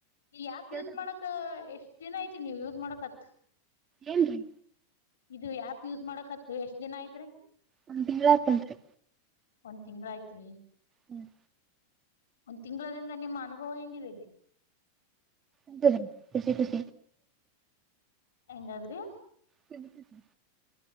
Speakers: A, on the left (about 65°); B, on the right (about 25°).
A: ಈ ಆಪ್
B: ಕೇಳ್ತದ್ರಿ
A: ಯೂಸ್ ಮಾಡಕ ಎಷ್ಟ್ ದಿನ ಐತಿ ನೀವ್ ಯೂಸ್ ಮಾಡಕತ್
B: ಏನ್ರಿ
A: ಇದು ಯಪ್ ಯೂಸ್ ಮಾಡಕತ್ ಎಷ್ಟ್ ದಿನ ಆಯತ್ರಿ
B: ಒಂದು ತಿಂಗ್ಲ್ ಆಯ್ತೇನ್ರೀ
A: ಒಂದ್ ತಿಂಗ್ಲ್ ಆಯ್ತ್ರಿ
B: ಹ್ಮ್
A: ಒಂದ್ ತಿಂಗಳದಿಂದ ನಿಮ್ಮ ಅನುಭವ ಹೆಂಗಿದೀರಿ
B: <unintelligible> ಹ ಸ ಖುಷ
A: ಹೆಂಗಾದ್ರಿ
B: <unintelligible> ಸರಿ